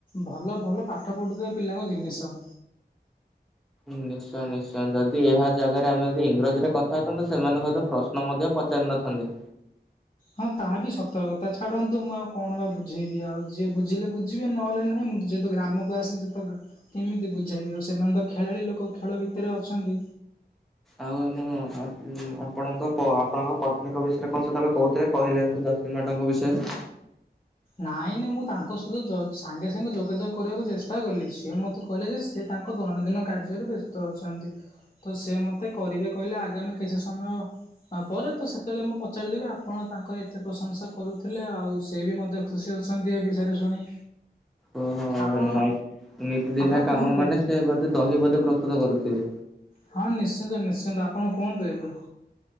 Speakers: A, on the left; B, in the centre.
A: ଭଲ-ଭଲ ପାଠ ପଢ଼ୁଥିବା ପିଲାଙ୍କ ଜିନିଷ।
B: ନିଶ୍ଚୟ-ନିଶ୍ଚୟ ଯଦି ଏହା ଜାଗାରେ ଆମେ ଯଦି ଇଂରାଜୀରେ କଥା ହେଇଥାନ୍ତେ ସେମାନେ ବୋଧେ ପ୍ରଶ୍ ଶ୍ନ ମଧ୍ୟ ପଚାରିିନଥାନ୍ତେ।
A: ହଁ ତାହା ବି ସତ କଥା ଛାଡ଼ନ୍ତୁ ମୁଁ ଆଉ କଣ ବା ବୁଝେଇବି ଆଉ, ଯିଏ ବୁଝିଲେ ବୁଝିବେ ନହଲେ ନାଇଁ ମୁଁ ଯଦ୍ ତ ଗ୍ରାମକୁ ଆସିଚି ତ କେମିତି ବୁଝାଇବି, ଆଉ ସେମାନେ ତ ଖେଳାଳି ଲୋକ ଖେଳ ଭିତେରେ ଅଛନ୍ତି।
B: ଆଉ ଆମ ଆପଣ ଆପଣଙ୍କ ପ ଆପଣଙ୍କ ପତ୍ନୀଙ୍କ ବିଷୟରେ କଣ ସେତଳେ କହୁଥିଲେ କହିଲେନି <unintelligible> କି ମ୍ୟାଡ଼ମଙ୍କ ବିଷୟରେ
A: ନାଇଁ ନାଇଁ ମୁଁ ତାଙ୍କ ସହିତ ଯ ସାଙ୍ଗେ ସାଙ୍ଗେ ଯୋଗାଯୋଗ କରିବାକୁ ଚେଷ୍ଟା କଲି ସିଏ ମତେ କହିଲେ ଯେ ସିଏ ତାଙ୍କ ଦୈନନ୍ଦିନ କାର୍ଯ୍ୟରେ ବ୍ୟସ୍ତ ଅଛନ୍ତି। ତ ସିଏ ମତେ କରିବେ କହିଲେ ଆଗାମି କିଛି ସମୟ ତା ପରେ ତ ସେତେବେଳେ ମୁଁ ପଚାରିଦେବି ଆପଣ ତାଙ୍କର ଏତେ ପ୍ରଶଂସା କରୁଥିଲେ ଆଉ ସେ ବି ମଧ୍ୟ ଖୁସି ଅଛନ୍ତି ଏ ବିଷୟରେ ଶୁଣି।
B: ଓହୋ
A: ଆପଣ
B: ନାଇଁ ନିତିଦିନିଆ
A: ଆପଣ କୁହନ୍ତୁ
B: କାମ ମାନେ ସେ ବୋଧେ ଦହି ବୋଧେ ପ୍ରସ୍ତୁତ କରୁଥିବେ।
A: ହଁ ନିଶ୍ଚିନ୍ତ ନିଶ୍ଚିନ୍ତ ଆପଣ କୁହନ୍ତୁ ଏବେ।